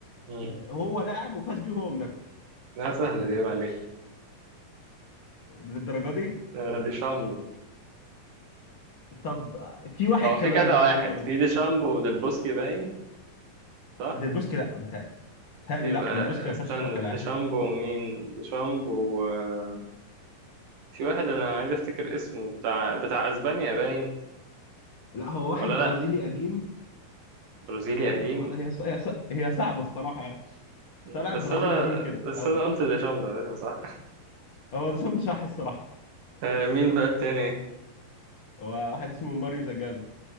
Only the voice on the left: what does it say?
هو لاعب وفاز بيه وهو مدرب
للدرجه دي
طب في واحد
كمان
يعني
لو
ديلبوسكي لا بيتهيألي بيتهيألي
لا ديلبوسكي ما
فازش بيها كلاعب
لا هو واحد
برازيلي
قديم
ما...
ما... هي... ص... هي ص... هي صعبه الصراحه يعني
طلع
برازيلي
قديم كده
او
هو ده صح الصراحه
هو واحد اسمه ماريو زاجالو